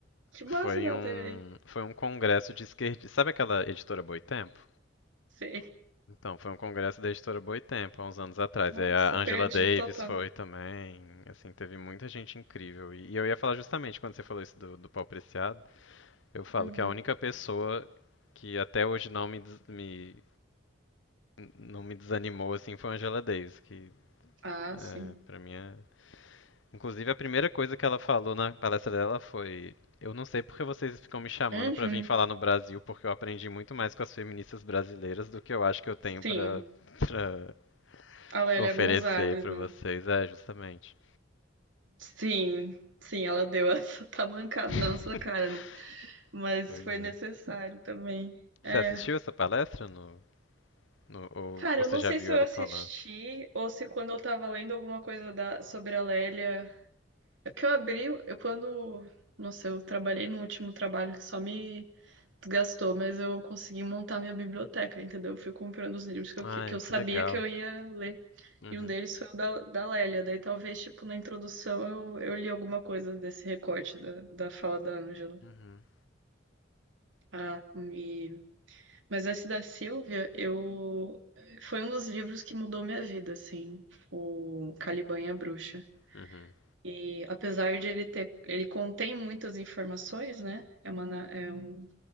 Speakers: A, on the right (about 80°); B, on the left (about 80°).
A: Que massa
B: Foi
A: que ela
B: um,
A: teve aí.
B: foi um congresso de esquerdistas. Sabe aquela editora Boitempo?
A: Sim.
B: Então, foi um congresso da editora Boitempo, há uns anos atrás.
A: Nossa,
B: E aí a Angela
A: perdi
B: Davis
A: total.
B: foi também. Assim, teve muita gente incrível. E e eu ia falar justamente quando você falou isso do, do pau preciado, eu falo
A: Uhum.
B: que a única pessoa que até hoje não me, des- me- não me desanimou assim foi a Angela Davis, que
A: Ah,
B: é,
A: sim.
B: para mim é... Inclusive a primeira coisa que ela falou na palestra dela foi Eu não sei porque vocês ficam me chamando
A: Uhum.
B: pra vir falar no Brasil, porque eu aprendi muito mais com as feministas brasileiras do que eu acho que eu tenho
A: Sim.
B: pra para
A: A Lélia
B: oferecer
A: Gonzalez,
B: pra
A: né?
B: vocês. É, justamente.
A: Sim. Sim, ela deu essa <laughs> tamancada
B: <laughs>
A: na nossa cara, né? Mas
B: pois
A: foi
B: é.
A: necessário também.
B: Você
A: É.
B: assistiu essa palestra no, no- ou,
A: Cara,
B: ou você
A: eu não
B: já
A: sei
B: viu
A: se eu
B: ela
A: assisti
B: falando?
A: ou se quando eu tava lendo alguma coisa da, sobre a Lélia. É porque eu abri, eu quando. Nossa, eu trabalhei no último trabalho que só me desgastou, mas eu consegui montar minha biblioteca, entendeu? Eu fui comprando os livros que eu,
B: Ai,
A: que que eu sabia
B: que legal.
A: que eu ia ler.
B: Uhum.
A: E um deles foi o da, da Lélia. Daí talvez, tipo, na introdução eu, eu li alguma coisa desse recorte da, da fala da Ângela.
B: Uhum.
A: Ah, e Mas esse da Silvia, eu foi um dos livros que mudou minha vida, assim, o Caliban e a Bruxa.
B: Uhum.
A: E apesar de ele ter, ele contém muitas informações, né? É uma, na- é um-